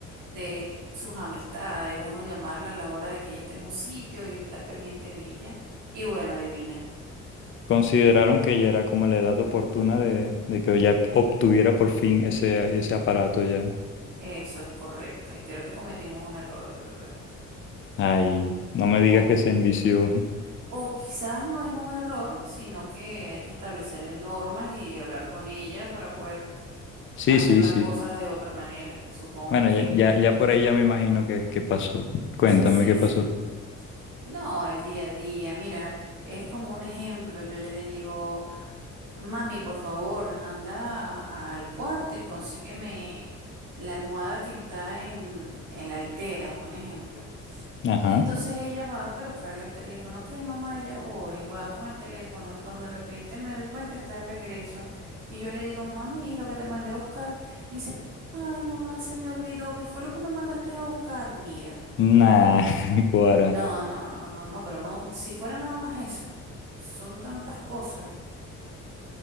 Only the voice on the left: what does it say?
Consideraron que ya era como la edad oportuna de, de que ya obtuviera por fin ese, ese aparato ya.
Ay, no me digas
que se envició. <laughs>
Sí,
sí,
sí.
Bueno,
ya, ya, ya por ahí ya me imagino que, que pasó. Cuéntame
qué
pasó.
Ajá.
Nah, <laughs> Guara.